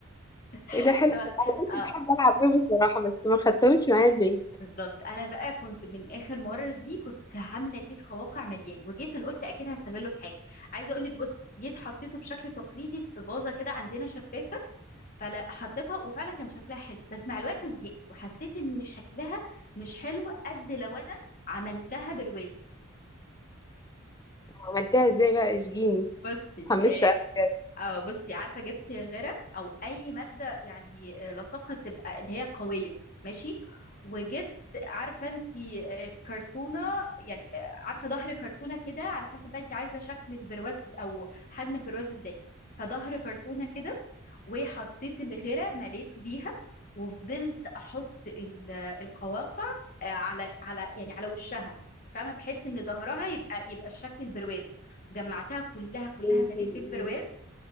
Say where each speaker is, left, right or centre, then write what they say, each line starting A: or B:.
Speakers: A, on the left (about 40°); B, on the left (about 20°).
A: <laughs>
B: ايه ده حلو انا كنت
A: اه
B: بحب العب بيهم الصراحه بس ما خدتهمش معايا البيت
A: بالظبط انا بقى كنت من اخر مره دي كنت عامله كيس قواقع مليان وجيت أنا قلت اكيد هستغله في حاجه عايزه اقول لك بصي جيت حطيته بشكل تقليدي في فازه كده عندنا شفاف فلا حطيتها وفعلا كان شكلها حلو بس مع الوقت زهقت وحسيت ان شكلها مش حلو قد لو انا عملتها برواز
B: عملتها ازاي بقى اشجيني
A: بصي
B: حمست
A: اه
B: أوي بجد.
A: آه، بصي عارفه جبت غرق او اي ماده يعني آه، لاصقه تبقى اللي هي قويه ماشي وجبت عارفه انت آه، كرتونه يعني آه، عارفه ظهر كرتونه كده على حسب بقى انت عايزه شكل البرواز او حجم البرواز ازاي فظهر كرتونه كده وحطيت الغرة مليته بيها وفضلت احط ال- القواقع آه، على على يعني على وشها فاهمه بحيث ان ظهرها يبقى يبقى الشكل البرواز وجمعتها كلها كلها
B: انتي
A: مليت
B: ال-
A: بالبرواز